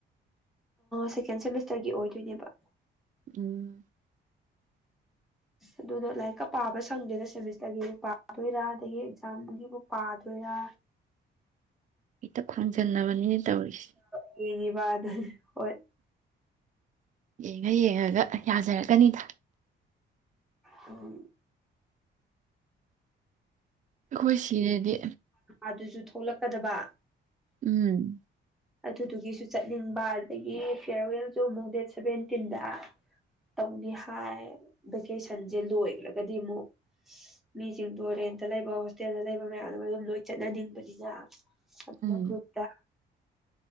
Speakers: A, in the centre; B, on the right.
A: ꯁꯦꯀꯦꯟ ꯁꯦꯃꯤꯁꯇꯔꯒꯤ ꯑꯣꯏꯗꯣꯏꯅꯦꯕ
B: ꯎꯝ
A: ꯑꯗꯨꯅ ꯂꯥꯏꯔꯤꯛꯀ ꯄꯥꯕ ꯁꯪꯗꯦꯗ ꯁꯦꯃꯤꯁꯇꯔꯒꯤ ꯄꯥꯗꯣꯏꯔꯥ ꯑꯗꯒꯤ ꯑꯦꯛꯖꯥꯝꯒꯤꯕꯨ ꯄꯥꯗꯣꯏꯔꯥ
B: ꯍꯦꯛꯇ ꯈꯥꯡꯖꯟꯅꯕꯅꯤꯅ ꯇꯧꯔꯤꯁꯦ
A: ꯀꯒꯤꯕꯥꯗ ꯍꯣꯏ
B: ꯌꯦꯡꯉ ꯌꯦꯡꯉꯒ ꯌꯥꯖꯔꯛꯀꯅꯤꯗ
A: ꯍꯝ
B: ꯑꯩꯈꯣꯏ ꯁꯤꯗꯗꯤ
A: ꯑꯗꯨꯁꯨ ꯊꯣꯛꯂꯛꯀꯗꯕ
B: ꯎꯝ
A: ꯑꯗꯨꯗꯨꯒꯤꯁꯨ ꯆꯠꯅꯤꯡꯕ ꯑꯗꯒꯤ ꯐꯤꯌꯥꯔꯋꯦꯜꯁꯨ ꯑꯃꯨꯛ ꯗꯦꯠ ꯁꯚꯦꯟꯇꯤꯟꯗ ꯇꯧꯅꯤ ꯍꯥꯏ ꯚꯦꯀꯦꯁꯟꯁꯦ ꯂꯣꯏꯈ꯭ꯔꯒꯗꯤ ꯑꯃꯨꯛ ꯃꯤꯁꯤꯡꯗꯣ ꯔꯦꯟꯇ ꯂꯩꯕ ꯍꯣꯁꯇꯦꯜꯗ ꯂꯩꯕ ꯃꯌꯥꯝꯗ ꯑꯗꯨꯝ ꯂꯣꯏ ꯆꯠꯅꯅꯤꯡꯕꯅꯤꯅ ꯑꯗꯨꯗ
B: ꯎꯝ
A: ꯀꯛꯇꯦ